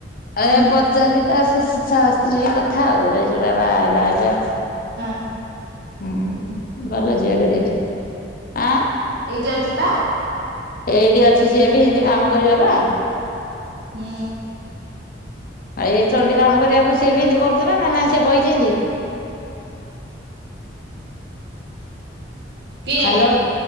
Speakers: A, on the left; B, on the right.
A: ଏ
B: ହୁଁ
A: ପଚାରିଲି ତା ଶା ସ୍ତ୍ରୀ କଥା ଆଉ ଏଇ ଯୋଉଟା ବାହା ହେଲା ଏବେ ଆଉ।
B: ଅଁ
A: ଉଁ ଭଲ ଝିଅଟେ ଦେଖ ଆ
B: ଏଇଟି ଅଛି ପା
A: ଏଇଠି ଅଛି ସିଏ ବି ଏମତି କାମ କରିବା ବା।
B: ହୁଁ
A: ଆଉ ଏ ଚଣ୍ଡୀ କାମ କରିବାକୁ ସି ବି ଏମିତି କରୁଥିଲା ନା ନାଇଁ ସେ ବଇଛି ଏମିତି
B: କିଏ
A: ହ୍ୟାଲୋ